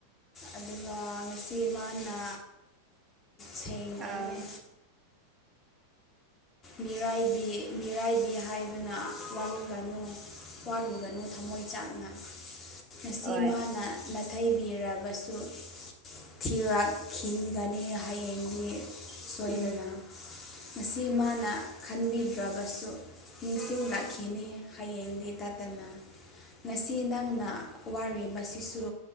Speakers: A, on the left (about 25°); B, on the right (about 25°).
A: ꯑꯗꯨꯒ ꯉꯁꯤ ꯃꯥꯅ ꯁꯦꯡꯗꯦꯅꯦ
B: ꯑꯥ
A: ꯃꯤꯔꯥꯏꯕꯤ ꯃꯤꯔꯥꯏꯕꯤ ꯍꯥꯏꯗꯨꯅ ꯋꯥꯔꯨꯒꯅꯨ ꯋꯥꯔꯨꯒꯅꯨ ꯊꯝꯃꯣꯏ ꯆꯥꯛꯅ ꯉꯁꯤ
B: ꯍꯣꯏ
A: ꯃꯥꯅ ꯅꯥꯊꯩꯕꯤꯔꯕꯁꯨ ꯊꯤꯔꯥꯛ ꯈꯤꯟꯒꯅꯤ ꯍꯌꯦꯡꯗꯤ ꯁꯣꯏꯗꯅ
B: ꯎꯝ
A: ꯉꯁꯤ ꯃꯥꯅ ꯅꯪꯅ ꯈꯟꯕꯤꯗ꯭ꯔꯕꯁꯨ ꯅꯤꯡꯁꯤꯡꯂꯛꯈꯤꯅꯤ ꯍꯌꯦꯡꯗꯤ ꯇꯠꯇꯅ ꯉꯁꯤ ꯅꯪꯅ ꯋꯥꯔꯤꯕꯁꯤꯁꯨ